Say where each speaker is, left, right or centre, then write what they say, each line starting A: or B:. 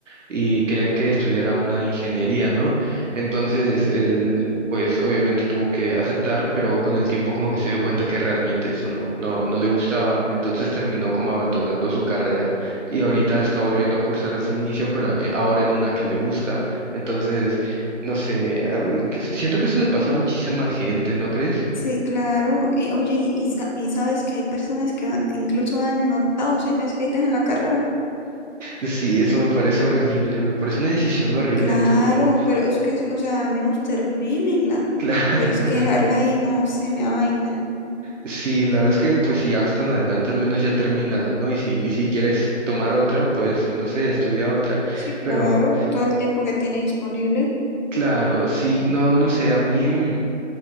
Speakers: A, on the right; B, on the left.
A: y querían que estudiara una ingeniería, ¿no? Entonces él, pues obviamente tuvo que aceptar, pero con el tiempo como que se dio cuenta que realmente eso no, no, no le gustaba, entonces terminó como abandonando su carrera y ahorita está volviendo a cursar desde el inicio, pero eh, ahora en una que le gusta, entonces... No sé, a- que s- siento que eso le pasa a muchísima gente, ¿no crees?
B: Sí, claro. eh, oye, y, y sa- y sabes que hay personas que va- incluso van en octavo semestre y dejan la carrera.
A: Sí, eso me parece horrible, me parece una decisión horrible,
B: Claro,
A: tipo,
B: pero es que, o sea, al menos termínenla.
A: <laughs> claro.
B: Pero es que dejarla ahí no se me da vaina.
A: Sí, la verdad es que pues si ya vas tan adelante, al menos ya termínala, ¿no? Y si, y si quieres tomar otra, pues no sé, estudia otra.
B: Sí, claro,
A: Pero
B: todo el tiempo que tiene disponible,
A: claro, sí, no, no sé, a mí,